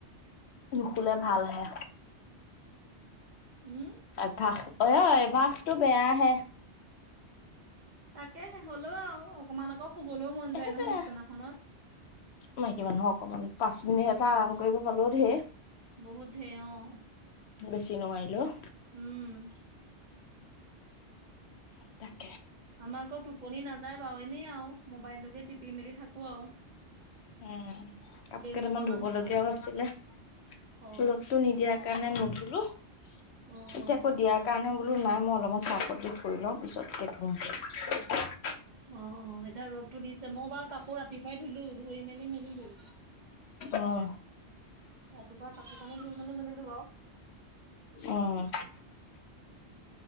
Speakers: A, on the left; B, on the right.
A: নোশুলে ভাল হে।
B: উওম?
A: অভ্যাস, অ অভ্যাস টো বেয়া আহে।
B: তাকেহে, হলও আও অকমান আকৌ শুবলেও মন
A: সেইটোয়ে
B: যায় নহয় বিচনাখনত।
A: মাইকী মানুহ অকমান পাঁচ মিনিট এটা আৰাম কৰিব পালও ধেৰ।
B: বহুত ধেই অঁ।
A: বেছি নোৱাৰিলো।
B: উম'।
A: <unintelligible>
B: আমাৰ আকৌ টোপনি নাযায় বাও, এনেই আও মোবাইলটোকে টিপি মেলি থাকো আও।
A: উম' কাপোৰ কেইটামান
B: দুখৰমান
A: ধুব
B: চাওঁ।
A: লগীয়াও আছিলে।
B: অ
A: ৰ'দটো নিদিয়াৰ কাৰণে নুধুলো, এতিয়া
B: অ
A: আকৌ দিয়া- কাৰণে বোলো নাই মই অলপমান ছাৰ্ফত দি থৈ লওঁ পিছতকে ধুম।
B: অঁ অঁ এতিয়া ৰ'দটো দিছে, মই বাৰু কাপোৰ ৰাতিপুৱাই ধুলো ধুই মেলি মেলিলো।
A: অঁ'।
B: ৰাতিপুৱা কাপোৰ কানি ধুই মেলি মেলিলো বাও।
A: অঁ।